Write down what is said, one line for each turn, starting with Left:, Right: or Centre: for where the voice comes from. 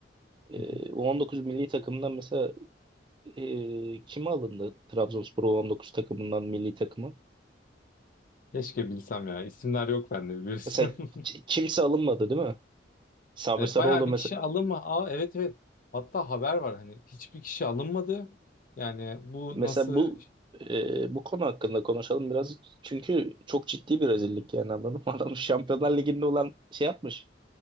Right: E,
Left: Hı hı.
Right: U19 milli takımdan mesela e, kime alındı Trabzonspor U19 takımından milli takıma?
Left: Keşke bilsem ya. İsimler yok bende biliyorsun.
Right: Mesela
Left: <laughs>
Right: ki- kimse alınmadı değil mi? Sabri
Left: Evet,
Right: Sarıoğlu
Left: bayağı bir
Right: mesela,
Left: kişi alınma. Aa, evet evet. Hatta haber var hani hiçbir kişi alınmadı. Yani bu
Right: mesela
Left: nasıl
Right: bu e, bu konu hakkında konuşalım biraz. Çünkü çok ciddi bir rezillik yani anladın mı? <laughs> Adam Şampiyonlar Ligi'nde olan şey yapmış.